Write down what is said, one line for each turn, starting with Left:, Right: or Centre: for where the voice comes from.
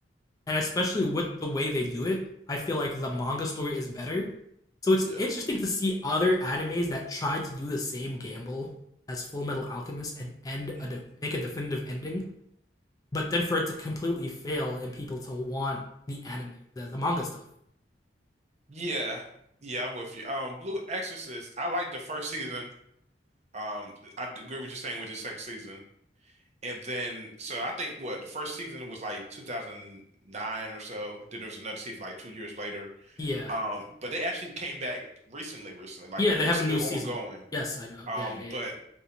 Left: and especially with the way they do it, I feel like the
Right: Mm.
Left: manga story is better. So it's
Right: Yeah.
Left: interesting to see other animes that tried to do the same gamble as Full Metal Alchemist and end
Right: Mm-hmm.
Left: a de- make a definitive ending, but then for it to completely fail and people to want the anime, the, the manga stuff.
Right: Yeah, yeah, I'm with you. Um, Blue Exorcist, I liked the first season. Um, I agree with you saying with the second season, and then so I think what the first season was like 2009 or so. Then there was another season like two years later.
Left: Yeah,
Right: Um, but they actually came back recently, recently. Like
Left: yeah, they
Right: it's
Left: have
Right: still
Left: a new season.
Right: ongoing.
Left: Yes, I know.
Right: Um,
Left: Yeah, yeah, yeah.
Right: but